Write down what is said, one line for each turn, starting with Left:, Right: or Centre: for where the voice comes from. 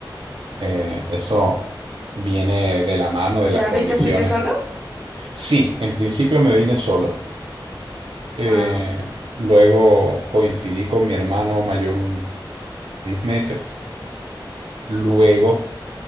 Right: Eh, eso viene de la mano de
Centre: Claro,
Right: las condiciones.
Centre: ¿y te fuiste solo?
Right: Sí, en principio me vine solo. Eh,
Centre: Wow.
Right: luego coincidí con mi hermano mayor un- unos meses. Luego